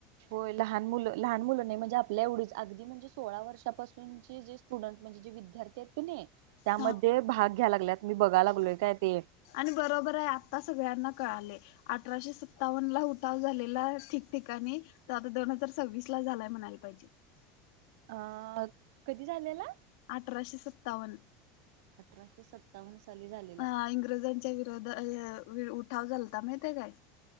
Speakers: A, on the right; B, on the left.
A: होय लहान मुलं लहान मुलं नाही म्हणजे आपल्या एवढीच अगदी म्हणजे सोळा वर्षापासून जे स्टुडंट म्हणजे जे. विद्यार्थी आहेत क नाही त्यामध्ये
B: हा
A: भाग घ्याला लागत मी बघायला लागलोय काय ते.
B: आणि बरोबर आहे आता सगळ्यांना कळाले. अठराशे सत्तावन्न ला उठाव झालेला ठिकठिकाणी. तर आता दोन हजार सव्वीस ला झालाय म्हणायला पाहिजे.
A: अ कधी झालेला.
B: अठराशे सत्तावन्न.
A: अठराशे सत्तर. सली झाली.
B: अ इंग्रजांच्या विरोधात उठाव झालता माहिित काय.